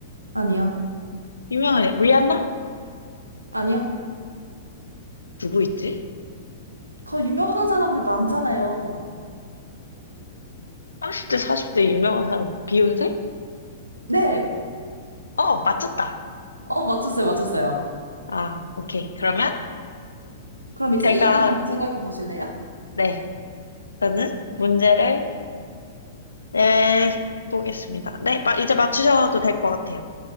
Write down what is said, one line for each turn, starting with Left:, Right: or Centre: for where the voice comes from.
Right: 아니요.
Left: 유명한, 리안나?
Right: 아니요.
Left: 누구 있지?
Right: 더 유명한 사람들 많잖아요.
Left: 30대, 40대 유명한 사람, 비욘세?
Right: 네.
Left: 어, 맞췄다.
Right: 어, 맞췄어요. 맞췄어요.
Left: 아, 오케이. 그러면
Right: 그럼 이제
Left: 제가,
Right: A님이 한번 생각해 보실래요?
Left: 네, 저는 문제를 내보겠습니다. 네, 마- 이제 맞추셔도 될 것 같아요.